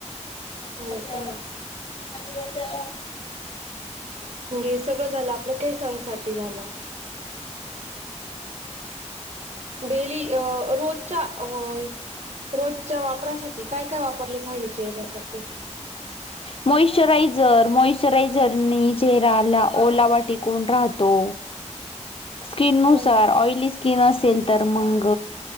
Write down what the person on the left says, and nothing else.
<unintelligible>
मॉइश्चरायझर मॉइश्चरायझरनी चेहऱ्याला ओलावा टिकून राहतो.
स्किन नुसार
ऑइली स्क्री स्किन असेल तर मंग